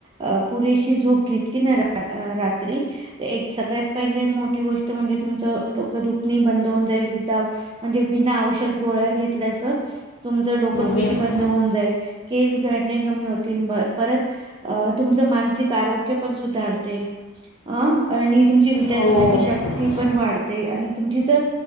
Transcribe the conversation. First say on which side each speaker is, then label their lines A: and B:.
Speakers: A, on the right; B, on the left.
A: अ पुरेशी झोप घेतली नाही रा अ रा- -त्री एक सगळ्यात पहिले मोठी गोष्ट म्हणजे तुमचं डोकं दुखणी बंद होन जाईल विदाउट म्हणजे बिना औषध गोळ्या घेतल्याचं तुमचं डोकंदुखी
B: बिलकुल
A: बंद होऊन जाईल केस गळणे कमी होते. परत अ तुमचं मानसिक आरोग्य पण सुधारते. अ आणि तुमची विचार
B: हो
A: करण्याची
B: हो
A: शक्ती पण वाढते आणि तुमची जर